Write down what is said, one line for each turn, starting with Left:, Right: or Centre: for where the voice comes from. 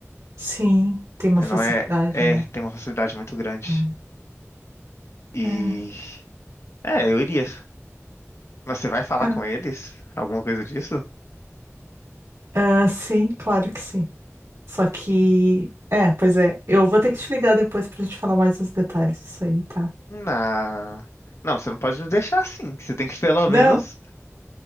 Right: Sim, tem uma
Left: É,
Right: facilidade,
Left: Não é. É,
Right: né?
Left: tem uma facilidade muito grande.
Right: É.
Left: E.
Right: É,
Left: É, eu iria. Mas você vai falar
Right: é.
Left: com eles? Alguma coisa disso?
Right: Ah, sim, claro que sim. Só que, é, pois é, eu vou ter que te ligar depois pra gente falar mais os detalhes disso aí, tá?
Left: Na. Não, você não pode me deixar assim. Você tem que pelo
Right: Não,
Left: menos.